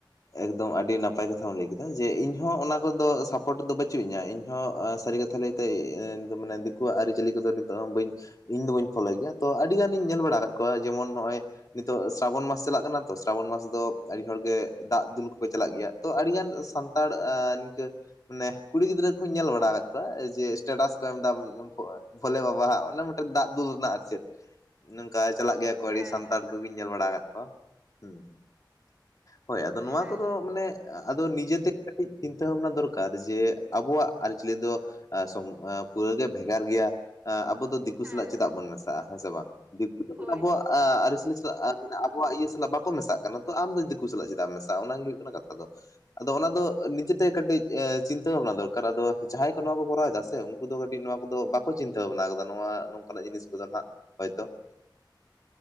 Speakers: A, on the left; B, on the right.
A: ᱮᱠᱫᱚᱢ ᱟᱹᱰᱤ ᱱᱟᱯᱟᱭ ᱠᱟᱛᱷᱟᱢ ᱞᱟᱹᱭ ᱠᱮᱫᱟ ᱡᱮ ᱤᱧᱦᱚᱸ ᱚᱱᱟ ᱠᱚᱫᱚ ᱥᱟᱯᱳᱴ ᱫᱚ ᱵᱟᱹᱪᱩᱜ ᱤᱧᱟ ᱤᱧ ᱦᱚᱸ ᱚᱸ ᱥᱟᱹᱨᱤ ᱠᱟ ᱛᱷᱟ ᱞᱟᱹᱭᱛᱮ ᱮᱸ ᱱᱤᱛᱚᱜ ᱢᱟᱱᱮ ᱫᱤᱠᱩᱭᱟᱜ ᱟᱹᱨᱤᱪᱟᱹᱞᱤ ᱠᱚᱫᱚ ᱱᱤᱛᱚᱜ ᱦᱚᱸ ᱵᱟᱹᱧ ᱤᱧ ᱫᱚ ᱵᱟᱹᱧ ᱯᱷᱳᱞᱳᱭ ᱜᱮᱭᱟ ᱛᱚ ᱟᱹᱰᱤ ᱜᱟᱱᱤᱧ ᱧᱮᱞ ᱵᱟᱲᱟ ᱟᱠᱟᱫ ᱠᱚᱣᱟ ᱡᱮᱢᱚᱱ ᱱᱚᱜ-ᱚᱭ ᱱᱤᱛᱚᱜ ᱥᱨᱟᱵᱚᱱ ᱢᱟᱥ ᱪᱟᱞᱟᱜ ᱠᱟᱱᱟ ᱛᱚ ᱥᱨᱟᱵᱚᱱ ᱢᱟᱥ ᱫᱚ ᱟᱹᱰᱤ ᱦᱚᱲᱜᱮ ᱫᱟᱜ ᱫᱩᱞ ᱠᱚᱠᱚ ᱪᱟᱞᱟᱜ ᱜᱮᱭᱟ ᱛᱚ ᱟᱹᱰᱤ ᱜᱟᱱ ᱥᱟᱱᱛᱟᱲ ᱮᱸ ᱱᱤᱝᱠᱟᱹ ᱢᱟᱱᱮ ᱠᱩᱲᱤ ᱜᱤᱫᱽᱨᱟᱹ ᱠᱩᱧ ᱧᱮᱞ ᱵᱟ <unintelligible> ᱠᱚᱣᱟ ᱡᱮ ᱥᱴᱮᱴᱟᱥ ᱠᱚ ᱮᱢᱮᱫᱟ ᱵᱷᱚ ᱵᱷᱳᱞᱮ ᱵᱟᱵᱟ ᱦᱟᱜ ᱚᱱᱮ ᱢᱤᱫᱴᱮᱱ ᱫᱟᱜ ᱫᱩᱞ ᱨᱮᱱᱟᱜ ᱟᱨ ᱪᱮᱫ ᱱᱚᱝᱠᱟ ᱪᱟᱞᱟᱜ ᱜᱮᱭᱟ
B: ᱦᱮᱸ
A: ᱾ <unintelligible> ᱥᱟᱱᱛᱟᱲ
B: ᱦᱮᱸ
A: ᱠᱚᱜᱤᱧ ᱧᱮᱞ ᱵᱟᱲᱟ ᱟᱠᱟᱫ ᱠᱚᱣᱟ ᱦᱩᱸ ᱾ ᱦᱳᱭ ᱟᱫᱚ ᱱᱚᱣᱟ
B: ᱦᱮᱸ
A: ᱠᱚᱫᱚ ᱢᱟᱱᱮ ᱟ ᱟᱫᱚ ᱱᱤᱡᱮᱛᱮ ᱠᱟᱹᱴᱤᱡ ᱪᱤᱱᱛᱟᱹ ᱵᱷᱟᱵᱽᱱᱟ ᱫᱚᱨᱠᱟᱨ ᱡᱮ ᱟᱵᱚᱣᱟᱜ ᱟᱹᱨᱤᱪᱟᱹᱞᱤ ᱫᱚ ᱟ ᱥᱟᱢ ᱟᱸ ᱯᱩᱨᱟᱹ ᱜᱮ ᱵᱷᱮᱜᱟᱨ ᱜᱮᱭᱟ ᱮᱸ ᱟᱵᱚ ᱫᱚ ᱫᱤ ᱫᱤᱠᱩ
B: ᱦᱮᱸ
A: ᱥᱟᱞᱟᱜ ᱪᱮᱫᱟᱜ
B: ᱦᱮᱸ
A: ᱵᱚᱱ ᱢᱮᱥᱟᱜᱼᱟ ᱦᱮᱸ ᱥᱮ ᱵᱟᱝ? ᱫᱤᱠᱩ ᱡᱮᱫᱤᱱ
B: ᱦᱳᱭ
A: ᱟᱵᱚᱣᱟᱜ
B: ᱦᱳᱭ
A: ᱟ ᱟᱹᱨᱤᱪᱟᱹᱞᱤ ᱛᱚ ᱟᱢ ᱟᱵᱚᱣᱟᱜ ᱤᱭᱟᱹ ᱥᱟᱞᱟᱜ ᱵᱟᱠᱚ ᱢᱮᱥᱟᱜ ᱠᱟᱱᱟ ᱾ ᱛᱚ ᱟᱢ ᱫᱚ ᱫᱤᱠᱩ ᱥᱟᱞᱟᱜ ᱪᱮᱫᱟᱜ ᱮᱢ ᱢᱮᱥᱟᱜᱼᱟ? ᱚᱱᱟᱜᱮ ᱦᱩᱭᱩᱜ ᱠᱟᱱᱟ ᱠᱟᱛᱷᱟ ᱫᱚ ᱾ ᱟᱫᱚ ᱚᱱᱟ ᱫᱚ ᱱᱤᱡᱮᱛᱮ ᱠᱟᱹᱴᱤᱡ ᱮᱸ ᱪᱤᱱᱛᱟᱹ ᱵᱷᱟᱵᱽᱱᱟ ᱫᱚᱨᱠᱟᱨ ᱟᱫᱚ ᱡᱟᱦᱟᱸᱭ ᱠᱚ ᱱᱚᱣᱟ ᱠᱚ ᱠᱚᱨᱟᱣᱮᱫᱟ ᱥᱮ ᱩᱱᱠᱩ ᱫᱚ ᱠᱟᱹᱴᱤᱡ ᱱᱚᱣᱟ ᱠᱚᱫᱚ ᱵᱟᱠᱚ ᱪᱤᱱᱛᱟᱹ ᱵᱷᱟᱵᱱᱟ ᱠᱟᱫᱟ ᱱᱚᱣᱟ ᱱᱚᱝᱠᱟᱱᱟᱜ ᱡᱤᱱᱤᱥ ᱠᱚᱫᱚ ᱦᱟᱸᱜ ᱦᱚᱭᱛᱚ ᱾